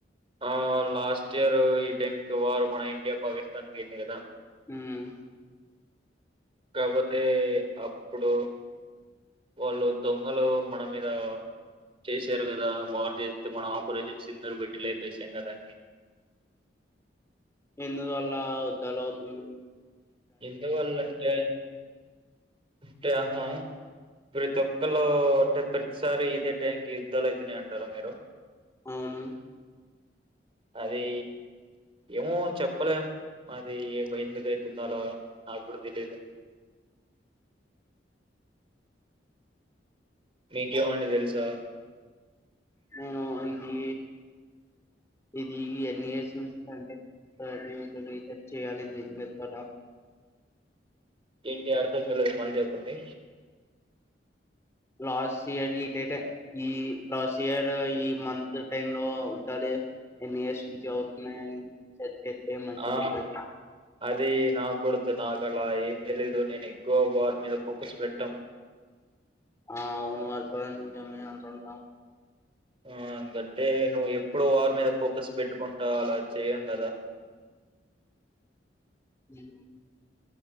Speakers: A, on the right; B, on the left.
A: ఆ లాస్ట్ ఇయర్ ఈ టైంకి వారు మన ఇండియా పాకిస్తాన్ కయింది కదా
B: హమ్
A: కాకపోతే అప్పుడు వాళ్ళు దొంగలు మన మీద చేసారు కదా వారు చేస్తే మన ఆపరేషన్స్ సింధూర్ పెట్టి లేపేశాం కదా దాన్ని
B: ఇందువల్ల యుద్ధాలు అవుతున్నాయి
A: ఎందువల్ల అంటే అంటే ఆహా ప్రతి ఒక్కళ అంటే ప్రతిసారి ఇదే టైంకి యుద్ధాలు అవుతున్నాయి అంటారు మీరు
B: అవును
A: అది ఏమో చెప్పలేం మారీ అందుకు అయితున్నాయి అలా నాకు తెలీదు మీకేమండి తెలుసా
B: నేను ఇది ఇది ఎన్ని చేసినావ్ సండే <inaudible> చేయాలి <inaudible>
A: ఏంటి అర్థంకాలేదు మళ్ళీ చెప్పండి
B: లాస్ట్ ఇయర్ ఈ డేటె ఈ లాస్ట్ ఇయర్ ఈ మంత్ టైమ్ లో ఉండాలి ఎన్ని ఇయర్స్ నుంచి అవుతున్నాయని చెప్తే మంచిగుంటది
A: ఆ అది నా కొడుకు నాకల ఏం తెలీదు నేను ఎక్కువ వార్ మీద పోకస్ పెట్టం
B: ఆ అవును అస్తురమే అంటంట
A: ఆ ఎకంటే నువ్వు ఎప్పుడో వార్ మీద ఫోకస్ పెట్టుకుంటా అలా చేయం కదా
B: హమ్